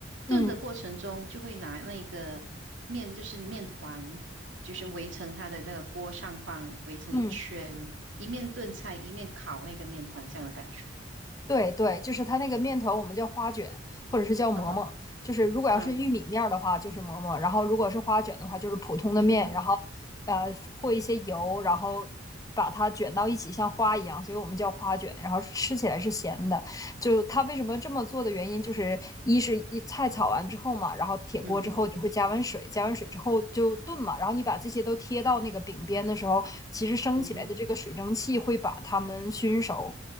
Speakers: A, on the right; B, on the left.
A: 炖的过程中就会拿那个面，
B: 嗯
A: 就是面团，就是围成它的那个锅上方，围成一圈，
B: 嗯。
A: 一面炖菜，一面烤那个面团，这样的感觉。
B: 对对，就是它那个面团，我们叫花卷，或者是叫馍馍。
A: 啊
B: 就是如果要是玉米面儿的话，
A: 啊，
B: 就是馍馍；然后如果是花卷的话，就是普通的面，
A: 嗯哼，
B: 然后呃和一些油，然后把它卷到一起，像花一样，所以我们叫花卷。然后吃起来是咸的。就它为什么这么做的原因，就是一是一菜炒完之后嘛，然后铁锅之后你会加完水，
A: 嗯哼，
B: 加完水之后就炖嘛，然后你把这些都贴到那个饼边的时候，其实升起来的这个水蒸气会把它们熏熟。
A: 嗯哼，